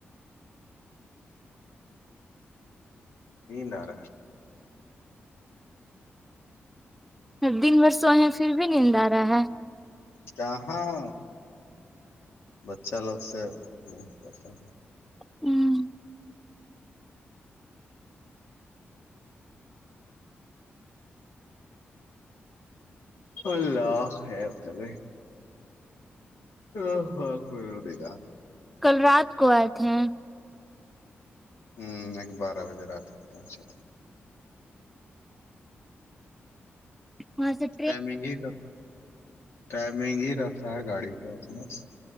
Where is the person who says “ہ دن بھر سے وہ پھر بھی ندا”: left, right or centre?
Centre